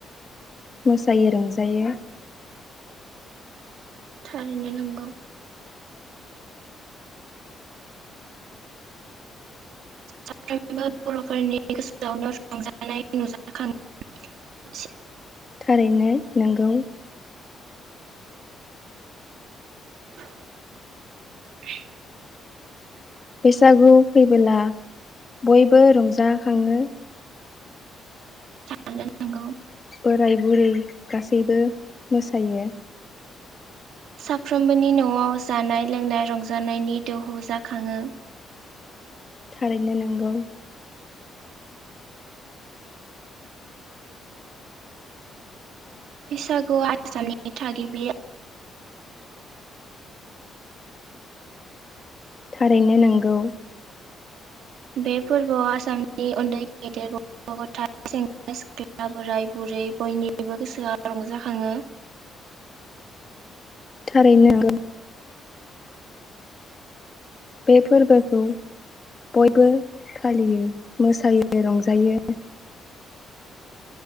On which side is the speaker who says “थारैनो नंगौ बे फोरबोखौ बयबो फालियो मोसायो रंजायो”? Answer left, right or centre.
Left